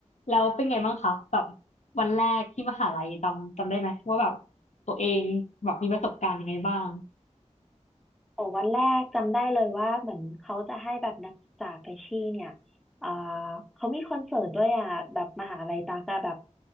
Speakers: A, on the left; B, in the centre.
A: แล้วเป็นไงบ้างคะแบบวันแรกที่มหาลัยจำจำได้ไหมว่าแบบตัวเองแบบมีประสบการณ์ยังไงบ้าง
B: โอ้วันแรกจำได้เลยว่าเหมือนเขาจะให้แบบนักศึกษาไปชี่เนี่ยอ่าเขามีคอนเสิร์ตด้วยอ่ะแบบมหาลัยตากอะแบบ